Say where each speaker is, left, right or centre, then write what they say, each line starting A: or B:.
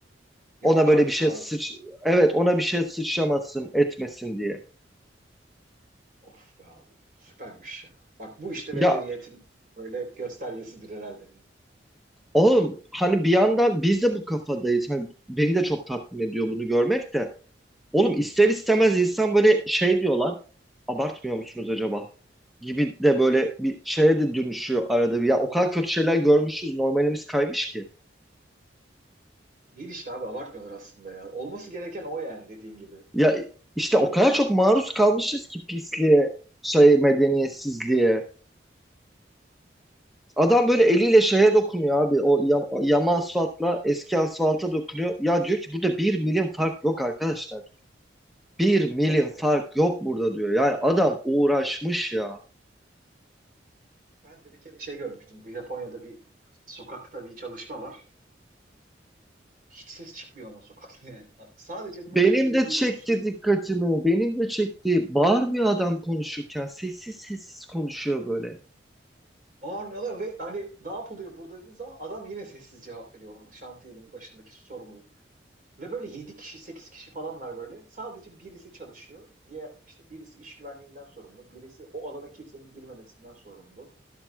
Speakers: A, on the right; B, in the centre.
A: Yok
B: Ona böyle
A: artık
B: bir şey
A: abi.
B: sıç... Evet ona bir şey sıçramasın etmesin diye.
A: Of be abi. Süpermiş ya. Bak bu işte
B: Ya
A: medeniyetin böyle göstergesidir herhalde.
B: oğlum hani bir yandan biz de bu kafadayız. Hani beni de çok tatmin ediyor bunu görmek de. Oğlum ister istemez
A: Evet.
B: insan böyle şey diyor lan. Abartmıyor musunuz acaba? Gibi de böyle bir şeye de dönüşüyor arada. bir. Ya o kadar kötü şeyler görmüşüz. Normalimiz kaymış ki.
A: Değil işte abi abartmıyorlar aslında ya. Olması gereken o yani dediğin gibi.
B: Ya işte o kadar çok maruz kalmışız ki pisliğe, şey medeniyetsizliğe. Adam böyle eliyle şeye dokunuyor abi. O yam, yama asfaltla eski asfalta dokunuyor. Ya diyor ki burada bir milim fark yok arkadaşlar. Bir milim
A: Of
B: fark
A: be abi.
B: yok burada diyor. Yani adam uğraşmış ya.
A: Ben de bir kere şey görmüştüm. Bu Japonya'da bir işte sokakta bir çalışma var. Hiç ses çıkmıyor ama sokakta <laughs> yani. Sadece makinelerin
B: Benim de
A: gürültüsü.
B: çekti dikkatimi. Benim de çekti. Bağırmıyor adam konuşurken. Sessiz sessiz konuşuyor böyle.
A: Bağırmıyorlar ve hani ne yapılıyor burada dediği zaman adam yine sessiz cevap veriyor orada. Şantiyenin başındaki sorumlu. Ve böyle 7 kişi 8 kişi falan var böyle. Sadece birisi çalışıyor. Diye işte birisi iş güvenliğinden sorumlu. Birisi o alana kimsenin girmemesinden sorumlu.